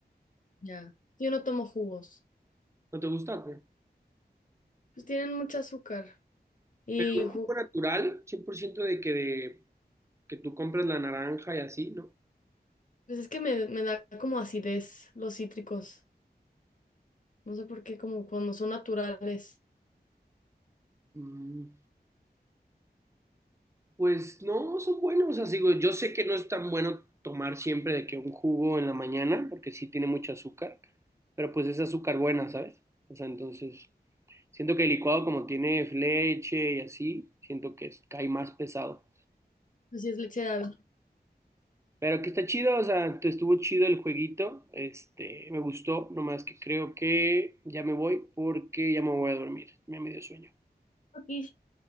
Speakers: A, on the left; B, on the right.
A: Ya. Yo no tomo jugos.
B: ¿No te gusta? o qué?
A: Pues tienen mucho azúcar. Y
B: Pero un
A: ju-
B: jugo natural, cien por ciento de que, de que tú compras la naranja y así, ¿no?
A: pues es que me, me da como acidez los cítricos. No sé por qué, como cuando son naturales.
B: Mm, pues no, son buenos. O sea, digo, yo sé que no es tan bueno tomar siempre de que un jugo en la mañana, porque sí tiene mucho azúcar, pero pues es azúcar buena, ¿sabes? O sea, entonces... Siento que el licuado como tiene leche y así, siento que es- cae más pesado.
A: Pues sí es leche de ave.
B: Pero que está chido, o sea, te estuvo chido el jueguito, este, me gustó, nomás que creo que ya me voy porque ya me voy a dormir, ya me dio sueño,
A: Aquí.